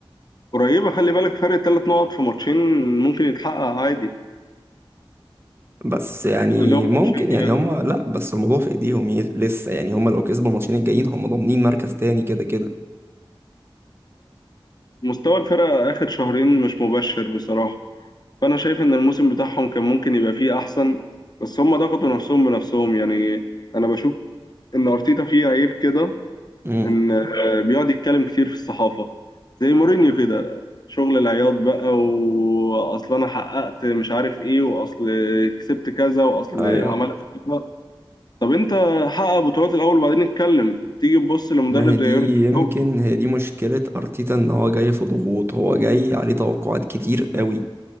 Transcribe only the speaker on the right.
بس يعني
ممكن
يعني
هم لا بس الموضوع في ايديهم ي- لسه يعني هم لو كسبوا الماتشين الجايين هم ضامنين مركز تاني كده كده
امم
ايوه
ما هي دي
يمكن
هي دي مشكلة ارتيتا ان هو جاي في ضغوط هو جاي عليه توقعات كتير قوي